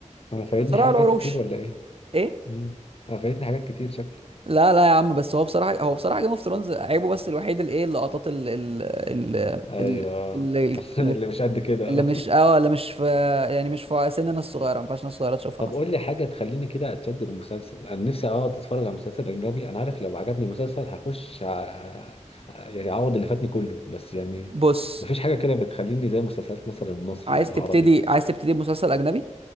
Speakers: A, on the left; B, on the right.
A: انا فايتني
B: صراع
A: حاجات
B: العروش
A: كتير ولا ايه
B: ايه
A: مم. انا فايتني حاجات كتير شكلي
B: لا لا يا عم بس هو بصراحة هو بصراحة جيم اوف ثرونز عيبه بس الوحيد اللي ايه اللقطات ال ال ال
A: ايوه
B: ال اللي,
A: <laughs>
B: اللي,
A: اللي مش قد كده
B: اللي مش اه اللي مش في يعني مش في سننا الصغيرة ما ينفعش الناس الصغيرة تشوفها
A: طب
B: مثلا
A: قول لي حاجة تخليني كده أتشد المسلسل أنا نفسي أقعد أتفرج على مسلسل أجنبي أنا عارف لو عجبني مسلسل هخش ع- ع- يعني أعوض اللي فاتني كله بس يعني
B: بص
A: مفيش حاجة كده بتخليني زي مسلسلات مثلا المصري
B: عايز
A: العربي
B: تبتدي عايز تبتدي بمسلسل أجنبي